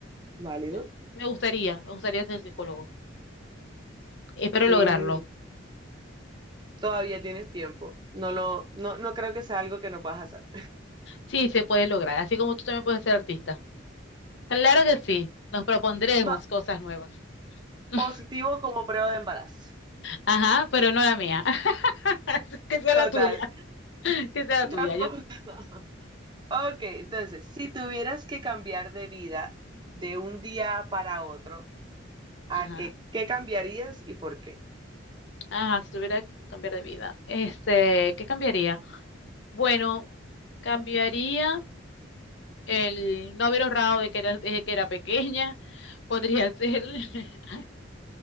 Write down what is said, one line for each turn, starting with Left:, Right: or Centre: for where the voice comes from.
Right: válido.
Left: Eh, Me gustaría, me gustaría ser psicólogo. Espero
Right: Sí,
Left: lograrlo.
Right: todavía tienes tiempo. No lo, no, no creo que sea algo que no puedas hacer.
Left: Sí, se puede lograr, así como tú también puedes ser artista. Claro que sí, nos propondremos
Right: Va,
Left: cosas nuevas. <laughs>
Right: positivo como prueba de embarazo.
Left: Ajá, pero no la mía. <laughs> Que sea
Right: Total,
Left: la tuya, que sea la tuya.
Right: tampoco.
Left: Yo,
Right: <laughs> Ok, entonces, si tuvieras que cambiar de vida de un día para otro, ¿a
Left: ajá,
Right: qué, qué cambiarías y por qué?
Left: ajá, si tuviera que cambiar de vida. Este, ¿qué cambiaría? Bueno, cambiaría el no haber ahorrado de que era, desde que era pequeña. Podría ser <laughs>